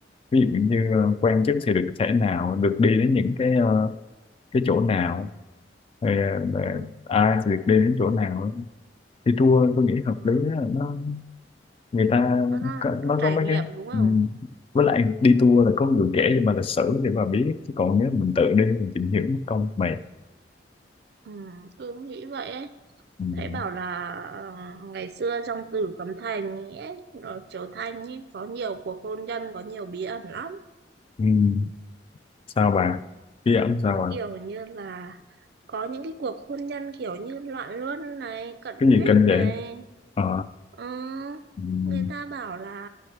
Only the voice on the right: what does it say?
ừ.
ừ.
nó, nó,
nó
trải
nghiệm
đúng không
ừ. tôi cũng nghĩ vậy ấy
Thế bảo là ờ, ngày xưa trong Tử Cấm Thành ấy, rồi Triều Thanh ấy, có nhiều cuộc hôn nhân, có nhiều bí ẩn lắm.
Kiểu như là có những cái cuộc hôn nhân kiểu như loạn luân này, cận
huyết
này.
Ừ,
người ta bảo là